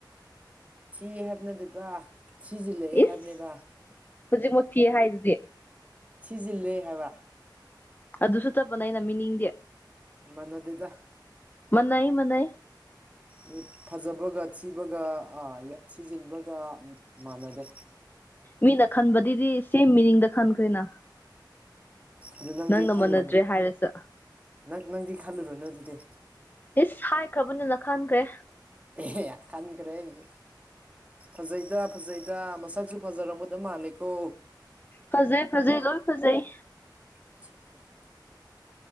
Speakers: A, on the right; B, on the left.
A: ꯊꯤ ꯍꯥꯏꯕ ꯅꯠꯇꯦꯗ꯫ ꯊꯤꯖꯤꯜꯂꯑꯦ
B: ꯏꯁ
A: ꯍꯥꯏꯕꯅꯦꯗ
B: ꯍꯧꯖꯤꯛꯃꯛ ꯊꯤ ꯍꯥꯏꯗꯨꯗꯤ
A: ꯊꯤꯖꯤꯜꯂꯦ ꯍꯥꯏꯕ
B: ꯑꯗꯨꯁꯨ ꯆꯞꯃꯥꯅꯩꯅ ꯃꯤꯅꯤꯡꯗꯤ
A: ꯃꯥꯟꯅꯗꯦꯗ
B: ꯃꯅꯩ ꯃꯅꯩ
A: ꯑꯣꯏ ꯐꯖꯕꯒ ꯊꯤꯕꯒ ꯑ ꯌ ꯊꯤꯖꯤꯟꯕꯒ ꯃꯥꯟꯅꯗꯦ
B: ꯃꯤꯅ ꯈꯟꯕꯗꯤꯗꯤ ꯁꯤ ꯃꯤꯅꯤꯡꯗ ꯈꯟꯈ꯭ꯔꯦꯅ꯫
A: ꯑꯗꯨ ꯅꯪꯗꯤ
B: ꯅꯪꯅ
A: ꯈꯜꯂꯨꯅꯨ
B: ꯃꯥꯟꯅꯗ꯭ꯔꯦ ꯍꯥꯏꯔꯁꯨ
A: ꯅꯪ ꯅꯪꯗꯤ ꯈꯜꯂꯨꯔꯅꯨ ꯑꯗꯨꯗꯤ꯫
B: ꯏꯁ ꯍꯥꯏꯈ꯭ꯔꯕꯅꯤꯅ ꯈꯟꯈ꯭ꯔꯦ
A: ꯑꯦꯌꯥ ꯈꯟꯈ꯭ꯔꯦꯅꯦ ꯐꯖꯩꯗ ꯐꯖꯩꯗ ꯃꯁꯛꯁꯨ ꯐꯖꯔꯝꯒꯗꯃ ꯃꯥꯜꯂꯦꯀꯣ
B: ꯐꯖꯩ ꯐꯖꯩ ꯂꯣꯏ ꯐꯖꯩ
A: <unintelligible>